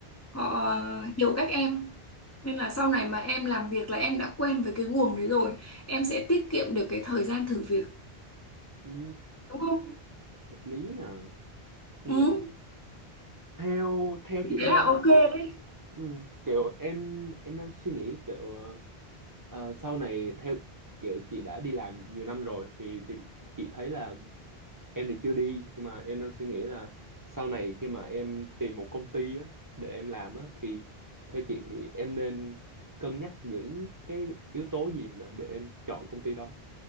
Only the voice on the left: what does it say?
họ
hiểu các em nên là sau này mà em làm việc là em đã quen với cái guồng đấy rồi em sẽ tiết kiệm được cái thời gian thử việc
đúng không
ừ
thế
là
ok đấy